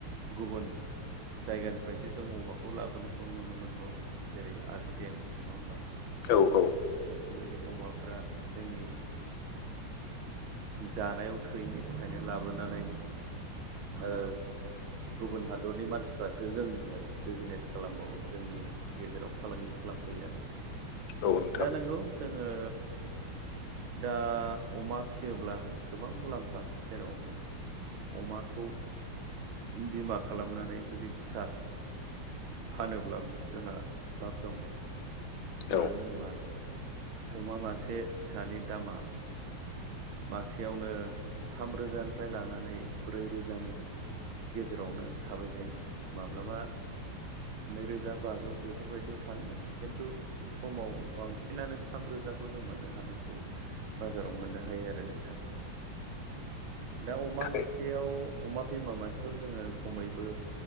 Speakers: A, on the right; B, on the left.
A: गुबुन जायगानिफ्रायसो जों अमाखौ लाबोनायखौ नुनो मोनबावो जेरै आर सिएम नङा होमबा
B: औ औ।
A: बेफोरबायदि अमाफोरा जोंनि जानायाव थैयैनि थाखायनो लाबोनानै औ गुबुन हादरनि मानसिफ्रासो जों बिजनेस खालामबावो जोंनि गेजेराव फालांगि खालामफैयो आरो
B: औ नोंथां
A: दा नंगौ जोङो दा अमा फिसियोब्ला गोबां मुलाम्फा जेराव अमाखौ बिमा खालामनानै जुदि फिसा फानोब्लाबो जोंहा लाब दं
B: औ
A: मानो होनोबा अमा मासे फिसानि दामा मासेयावनो थामरोजानिफ्राय लानानै ब्रै रोजानि गेजेरावनो थाबाय थायो माब्लाबा नैरोजा बाजौ बेफोरबायदियाव थाङो खिन्थु समाव बांसिनानो थाम रोजाखौ जों मोननो हानायखौ बाजाराव मोननो हायो आरो नोंथां। दा अमा
B: थारै
A: मासेयाव अमा बिमा मासेयाव जोङो खमैबो